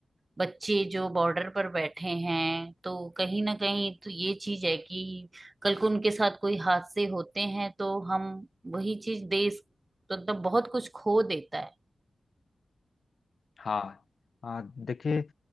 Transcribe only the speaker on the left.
हाँ हाँ देखिए